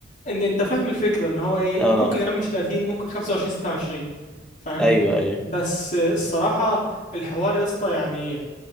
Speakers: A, on the left; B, in the centre.
A: ان انت فاهم الفكره ان هو ايه
B: اه
A: ممكن يا عم مش 30 ممكن 25 26 فاهمني
B: ايوه ايوه
A: بس الصراحه الحوار يا اسطى يعني